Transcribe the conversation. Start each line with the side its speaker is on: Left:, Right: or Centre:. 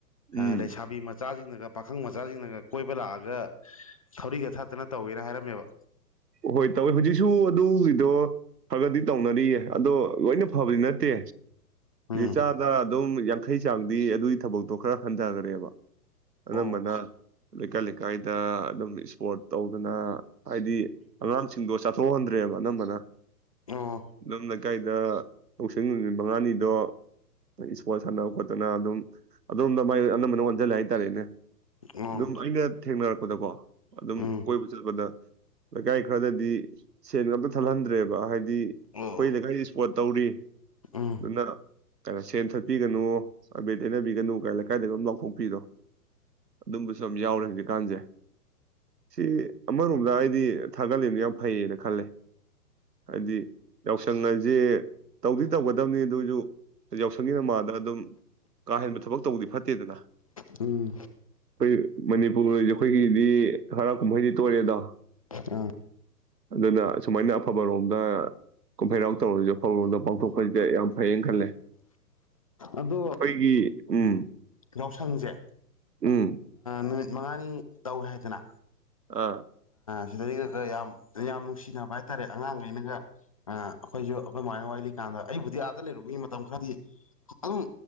Left: ꯑ
Right: ꯎꯝ
Left: ꯂꯩꯁꯥꯕꯤ ꯃꯆꯥꯁꯤꯡꯅ ꯄꯥꯈꯪ ꯃꯆꯥꯁꯤꯡꯅꯒ ꯀꯣꯏꯕ ꯂꯥꯛꯑꯒ ꯊꯧꯔꯤꯒ ꯊꯠꯇꯅ ꯇꯧꯋꯦꯅ ꯍꯥꯏꯔꯝꯃꯦꯕ
Right: ꯍꯣꯏ ꯇꯧꯋꯦ ꯍꯧꯖꯤꯛꯁꯨ ꯑꯗꯨꯒꯤꯗꯣ ꯈꯔꯒꯗꯤ ꯇꯧꯅꯔꯤꯌꯦ ꯑꯗꯣ ꯂꯣꯏꯅ ꯐꯕꯗꯤ ꯅꯠꯇꯦ
Left: ꯎꯝ
Right: ꯆꯥꯗ ꯑꯗꯨꯝ ꯌꯥꯡꯈꯩ ꯆꯥꯡꯗꯤ ꯑꯗꯨꯒꯤ ꯊꯕꯛꯇꯣ ꯈꯔ ꯍꯟꯊꯈꯔꯦꯕ ꯑꯅꯝꯕꯅ
Left: ꯑꯣ
Right: ꯂꯩꯀꯥꯏ ꯂꯩꯀꯥꯏꯗ ꯑꯗꯨꯝ ꯏꯁꯄꯣꯔꯠ ꯇꯧꯗꯅ ꯍꯥꯏꯗꯤ ꯑꯉꯥꯡꯁꯤꯡꯗꯣ ꯆꯥꯊꯣꯛꯍꯟꯗ꯭ꯔꯦꯕ ꯑꯅꯝꯕꯅ
Left: ꯑꯣ
Right: ꯅꯝꯅ ꯀꯥꯏꯗ ꯂꯧꯁꯤꯡ ꯅꯨꯃꯤꯠ ꯃꯉꯥꯅꯤꯗꯣ ꯏꯁꯄꯣꯔꯠ ꯁꯥꯟꯅꯕ ꯈꯣꯠꯇꯅ ꯑꯗꯨꯝ ꯑꯗꯣꯝꯗ ꯃꯥꯏ ꯑꯅꯝꯕꯅ ꯑꯣꯟꯁꯤꯜꯂꯦ ꯍꯥꯏꯇꯥꯔꯦꯅꯦ
Left: ꯑꯣ
Right: ꯑꯗꯨꯝ ꯑꯩꯅ ꯊꯦꯡꯅꯔꯛꯄꯗꯀꯣ ꯑꯗꯨꯝ
Left: ꯎꯝ
Right: ꯀꯣꯏꯕ ꯆꯠꯄꯗ ꯂꯩꯀꯥꯏ ꯈꯔꯗꯗꯤ ꯁꯦꯟ ꯉꯝꯇ ꯊꯜꯍꯟꯗ꯭ꯔꯦꯕ ꯍꯥꯏꯗꯤ ꯑꯩꯈꯣꯏ
Left: ꯑꯣ
Right: ꯂꯩꯀꯥꯏ ꯏꯁꯄꯣꯔꯠ ꯇꯧꯔꯤ
Left: ꯎꯝ
Right: ꯅꯅ ꯀꯩꯅꯣ ꯁꯦꯟ ꯊꯠꯄꯤꯒꯅꯨ ꯑꯕꯦꯠ ꯇꯩꯅꯕꯤꯒꯅꯨ ꯀ ꯂꯩꯀꯥꯏꯗꯗꯒꯤ ꯑꯗꯨꯝ ꯂꯥꯎꯊꯣꯛꯄꯤꯔꯣ ꯑꯗꯨꯝꯕꯨ ꯁꯖꯥꯎꯔꯒꯦ ꯍꯧꯖꯤ ꯀꯥꯟꯁꯦ ꯁꯤ ꯑꯃꯔꯣꯝꯗ ꯍꯥꯏꯗꯤ ꯊꯥꯒꯠꯂꯤꯅ ꯌꯥꯝ ꯐꯩꯌꯦꯅ ꯈꯜꯂꯦ ꯍꯥꯏꯗꯤ ꯌꯥꯎꯁꯪ ꯍꯥꯏꯁꯦ ꯇꯧꯗꯤ ꯇꯧꯒꯗꯕꯅꯤ ꯑꯗꯨꯑꯣꯏꯁꯨ ꯌꯥꯎꯁꯪꯒꯤ ꯅꯃꯥꯗ ꯑꯗꯨꯝ ꯀꯥ ꯍꯦꯟꯕ ꯊꯕꯛ ꯇꯧꯕꯗꯤ ꯐꯠꯇꯦꯗꯅ
Left: ꯎꯝ
Right: ꯑꯩꯈꯣꯏ ꯃꯅꯤꯄꯨꯔꯁꯦ ꯑꯩꯈꯣꯏꯒꯤꯗꯤ ꯍꯔꯥ ꯀꯨꯝꯐꯍꯩꯗꯤ ꯇꯣꯔꯦꯗꯥ
Left: ꯑꯥ
Right: ꯑꯗꯨꯅ ꯑꯨꯃꯥꯏꯅ ꯑꯐꯕꯔꯣꯝꯗ ꯀꯨꯝꯐꯩꯔꯥꯎ ꯇꯧꯔꯁꯨ ꯑꯐꯕꯔꯣꯝꯗ ꯄꯥꯡꯊꯣꯛꯄꯁꯤꯗ ꯌꯥꯝ ꯐꯩꯌꯦꯅ ꯈꯜꯂꯦ
Left: ꯑꯗꯣ
Right: ꯑꯩꯈꯣꯏꯒꯤ ꯎꯝ
Left: ꯌꯥꯎꯁꯪꯁꯦ
Right: ꯎꯝ
Left: ꯅꯨꯃꯤꯠ ꯃꯉꯥꯅꯤ ꯇꯧꯏꯦ ꯍꯥꯏꯗꯅ
Right: ꯑ
Left: ꯁꯤꯗꯩ ꯌꯥꯝ ꯌꯥꯝ ꯅꯨꯡꯁꯤꯅꯕ ꯍꯥꯏꯇꯥꯔꯦ ꯑꯉꯥꯡꯈꯩꯅꯒ ꯑꯩꯈꯣꯏꯁꯨ ꯑꯗꯨꯃꯥꯏꯅ ꯋꯥꯂꯤꯀꯥꯟꯗ ꯑꯩꯕꯨꯗꯤ ꯑꯥꯗ ꯂꯩꯔꯨꯕꯒꯤ ꯃꯇꯝ ꯈꯔꯗꯤ ꯑꯗꯨꯝ